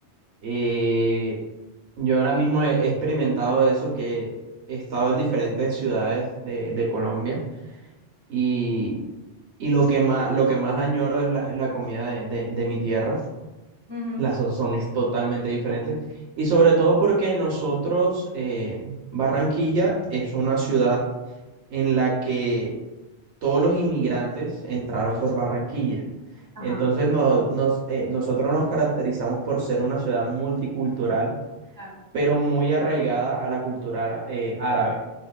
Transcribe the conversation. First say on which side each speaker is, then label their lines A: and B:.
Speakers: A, on the right (about 75°); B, on the right (about 20°).
A: Eh, yo ahora mismo he he experimentado eso, que he estado en diferentes ciudades de, de Colombia y, y lo que más, lo que más añoro es la, es la comida de, de- de mi tierra.
B: Ujú,
A: las La son es totalmente diferente. Y sobre todo porque nosotros, eh, Barranquilla es una ciudad en la que todos los inmigrantes entraron por Barranquilla.
B: Ajá.
A: Entonces no- nos, eh, nosotros nos caracterizamos por ser una ciudad multicultural,
B: Claro.
A: pero muy arraigada a la cultura eh, árabe.